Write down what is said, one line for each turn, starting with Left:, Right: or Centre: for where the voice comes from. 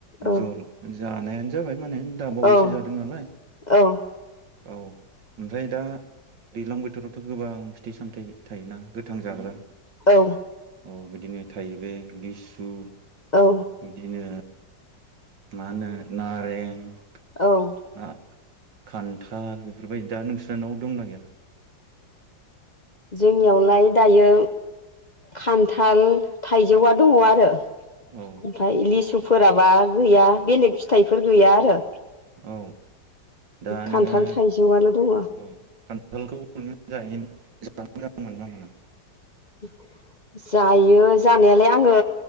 Left: औ
Right: जल जानायानो जाबाय थारमाने दाबावोसो
Left: औ
Right: जादों नालाय
Left: औ
Right: औ ओमफ्राय दा दैज्लां बोथोरावथ' गोबां फिथाइ सामथाइ थायोना गोथां जाग्रा
Left: औ
Right: औ बिदिनो थाइबें लिसु
Left: औ
Right: बिदिनो मा होनो नारें <unintelligible>
Left: औ
Right: खान्थाल बेफोरबायदि दा नोंसानाव दंना गैया
Left: जोंनियावलाय दायो खान्थाल थाइजौआ दङ आरो ओमफाय
Right: औ
Left: लिसु फोरा माबा गैया बेलेग फिथाइफोर गैया आरो
Right: औ दा नोङो
Left: खान्थाल थाइजौआल' दङ
Right: औ खान्थालखौ <unintelligible> मोजां मोना मोना
Left: <inaudible> जायो जानायालाय आङो